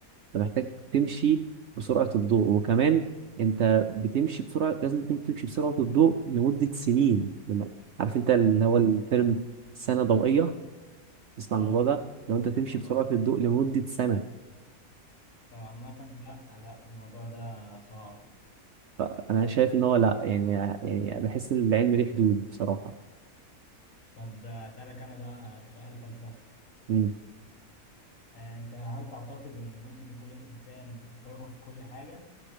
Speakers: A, on the right; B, on the left.
A: انت محتاج تمشي بسرعة الضوء وكمان انت بتمشي بسرعة لازم تكون تمشي بسرعة الضوء لمدة سنين من- عارف انت اللي هو
B: يعني
A: الترم
B: اه
A: سنة ضوئية تسمع
B: اه
A: الموضوع ده لو انت تمشي
B: اه
A: بسرعة الضوء لمدة سنة
B: طب عامة لا لا الموضوع ده صعب
A: انا شايف ان هو لا يعني يعني بحس ان العلم ليه حدود بصراحة
B: طب اسألك انا بقى سؤال فلسفي
A: مم.
B: آه، انت هل تعتقد ان ممكن يكون الانسان حر في كل حاجة